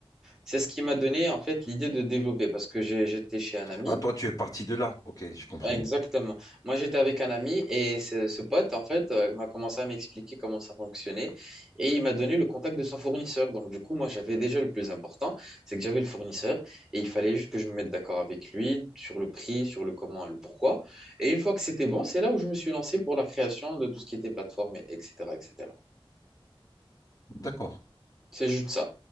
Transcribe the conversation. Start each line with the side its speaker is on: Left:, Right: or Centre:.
Centre: C'est ce qui m'a donné en fait l'idée de développer, parce que j'ai- j'étais chez un ami
Left: Ah, toi, tu es parti de là. Ok, j'ai compris.
Centre: Exactement. Moi, j'étais avec un ami et ce, ce pote, en fait, euh, m'a commencé à m'expliquer comment ça fonctionnait et il m'a donné le contact de son fournisseur. Donc, du coup, moi, j'avais déjà le plus important, c'est que j'avais le fournisseur et il fallait juste que je me mette d'accord avec lui sur le prix, sur le comment et le pourquoi. Et une fois que c'était bon, c'est là où je me suis lancé pour la création de tout ce qui était plateforme, et etc., etc.
Left: D'accord.
Centre: C'est juste ça.